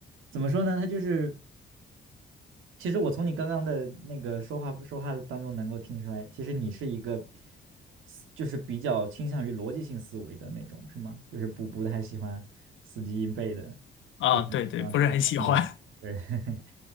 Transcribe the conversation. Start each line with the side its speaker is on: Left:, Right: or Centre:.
Right: 怎么说呢？它就是其实我从你刚刚的那个说话说话当中能够听出来，其实你是一个思就是比较倾向于逻辑性思维的那种，是吗？就是不不太喜欢死记硬背的，
Left: <laughs> 啊、
Right: 就是啊，
Left: 对对，不是很喜欢。
Right: 对吧嗯，
Left: <laughs>
Right: 对，<laughs>